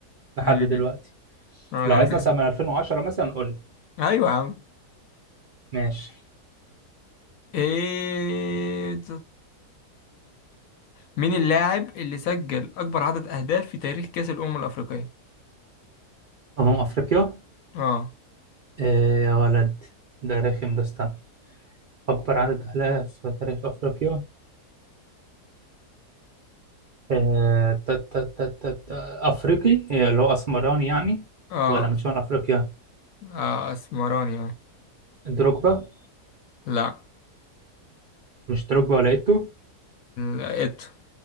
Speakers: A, on the right (about 70°); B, on the left (about 65°).
A: لحد
B: مم.
A: دلوقتي
B: اه
A: لو
B: يعني
A: عايز
B: تاخد-
A: نسأل من 2010 مثلا قول لي
B: ايوه يا عم
A: ماشي
B: ايه مين اللاعب اللي سجل اكبر عدد اهداف في تاريخ كأس الامم الافريقية
A: أمم أفريقيا
B: اه
A: آه يا ولد ده رخم ده استنى أكبر عدد أهداف في تاريخ أفريقيا آه تا تا تا تا تا أفريقي آه، اللي هو أسمراني يعني
B: اه
A: ولا من شمال أفريقيا
B: اه اسمراني اه
A: دروجبا
B: لا
A: مش دروجبا ولا إيتو
B: لقيته